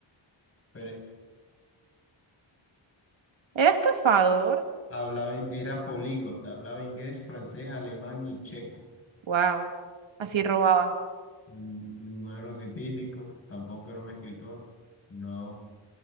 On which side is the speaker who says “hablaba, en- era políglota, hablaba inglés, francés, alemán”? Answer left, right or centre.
Left